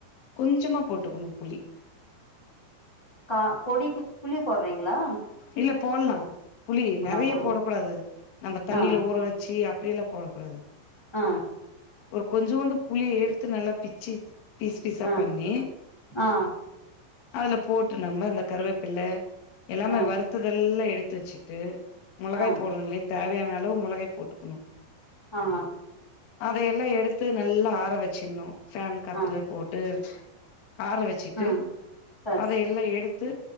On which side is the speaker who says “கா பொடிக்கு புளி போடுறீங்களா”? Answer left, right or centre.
Left